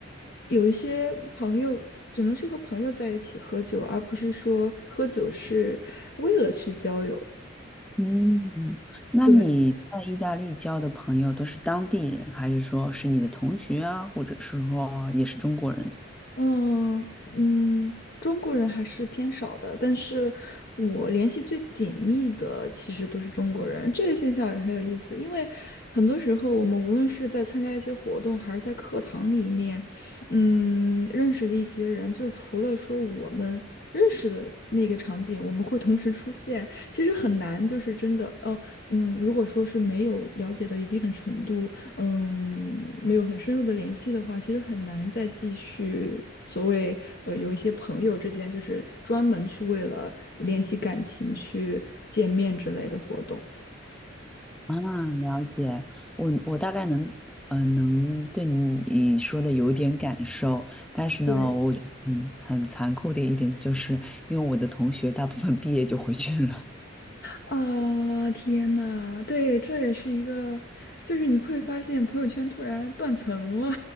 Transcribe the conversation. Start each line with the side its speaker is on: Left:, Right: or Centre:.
Left: 有一些朋友，只能是和朋友在一起喝酒，而不是说喝酒是为了去交友。
Centre: 嗯，那你在意大利交的朋友都是当地人，
Left: 对。
Centre: 还是说是你的同学啊，或者是说也是中国人？
Left: 嗯嗯，中国人还是偏少的，但是我联系最紧密的其实都是中国人，这个现象也很有意思，因为很多时候我们无论是在参加一些活动，还是在课堂里面，嗯，认识的一些人，就除了说我们认识的那个场景，我们会同时出现，其实很难，就是真的哦，嗯，如果说是没有了解到一定的程度。嗯，没有很深入的联系的话，其实很难再继续所谓呃有一些朋友之间就是专门去为了联系感情去见面之类的活动。
Centre: 啊，了解，我我大概能，呃，能对你说的有点感受，但是呢，
Left: 对
Centre: 我觉得很很残酷的一点就是，因为我的同学大部分毕业就回去了，
Left: 啊，天呐，对，这也是一个，就是你会发现朋友圈突然断层了，